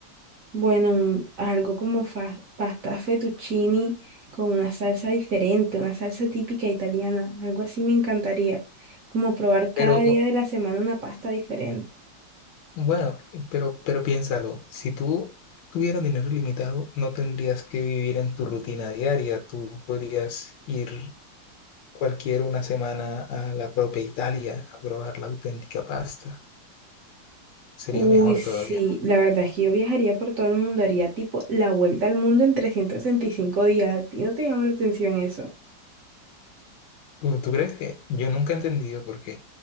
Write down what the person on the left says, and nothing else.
Pero
Bueno, eh, pero, pero piénsalo, si tú tuvieras dinero ilimitado, no tendrías que vivir en tu rutina diaria, tú podrías ir cualquier una semana a la propia Italia a probar la auténtica pasta, sería
mejor
todavía.
¿Tú, tú crees que? Yo nunca he entendido por qué.